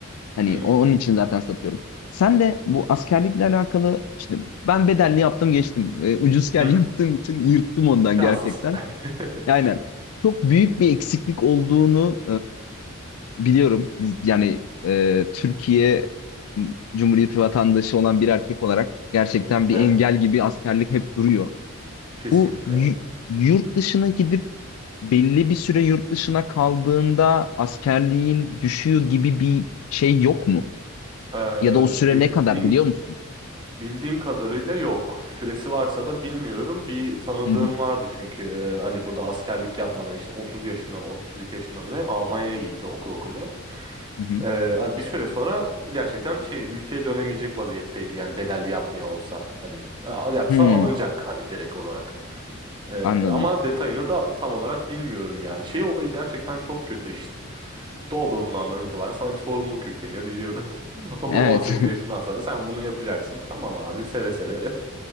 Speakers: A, on the left; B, on the right.
A: Hani
B: hı,
A: o- onun için zaten satıyorum. Sen de bu askerlikle alakalı işte ben bedelli yaptım geçtim. E, ucuzken
B: hı hı.
A: <laughs> yaptığım için yırttım ondan
B: Şanslısın.
A: gerçekten. Aynen.
B: <laughs>
A: Çok büyük bir eksiklik olduğunu e, biliyorum. Biz, yani e, Türkiye Cumhuriyeti vatandaşı olan bir erkek olarak gerçekten bir
B: Evet
A: engel gibi askerlik hep duruyor.
B: kesinlikle
A: Bu y-
B: yani.
A: yurt dışına gidip belli bir süre yurt dışına kaldığında askerliğin düşüyor gibi bir şey yok mu?
B: Ee,
A: Ya da o süre
B: bildiğim
A: ne kadar biliyor musun?
B: Bildiğim kadarıyla yok. Süresi varsa da bilmiyorum. Bir tanıdığım
A: Hı hı.
B: vardı çünkü e, hani burada askerlik yapmadan işte 30 yaşında mı 32 yaşında mı ne Almanya'ya gitti okul okumaya.
A: Hı hı.
B: E, hani bir süre sonra gerçekten şey ülkeye dönemeyecek vaziyetteydi yani bedelli yapmıyor olsa hani e, yapsa
A: Hmm,
B: alınacak hani direkt olarak. E,
A: anladım.
B: ama detayını da tam olarak bilmiyorum ya. Şey olayı gerçekten çok kötü işte. Doğduğun andan itibaren sana bir sorumluluk yükleniyor diyor. <laughs> O 18
A: Evet.
B: yaşından sonra sen bunu yapacaksın. Tamam abi seve seve. <laughs>